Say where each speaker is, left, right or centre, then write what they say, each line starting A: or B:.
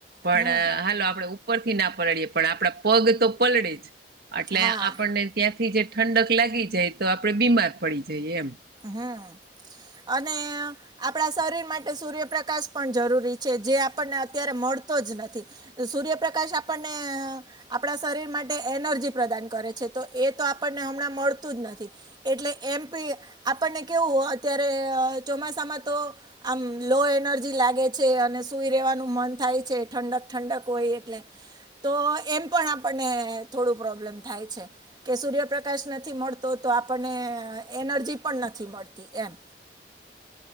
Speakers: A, on the right; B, on the right.
A: પણ
B: હમ
A: હાલો આપણેે ઉપરથી ના પલળીએ પણ આપણા પગ તો પલળે જ એટલે
B: હા
A: આપણને ત્યાંથી જે ઠંડક લાગી જાય તો આપડે બીમાર પડી જઈ એમ
B: હમ્મ અને આપણા શરીર માટે સૂર્યપ્રકાશ પણ જરૂરી છે જે આપણને અત્યારે મળતો જ નથી. સૂર્યપ્રકાશ આપણને આપણા શરીર માટે એનર્જી પ્રદાન કરે છે તો એ તો આપણને હમણાં મળતું જ નથી એટલે એમ પી આપણને કેવું અત્યારે ચોમાસામાં તો આમ લો એનર્જી લાગે છે અને સુઈ રહેેવાનું મન થાય છે ઠંડક ઠંડક હોય એટલે તો એમ પણ આપણને થોડું પ્રોબ્લેમ થાય છે કે સૂર્યપ્રકાશ નથી મળતો તો આપણને એનર્જી પણ નથી મળતી એમ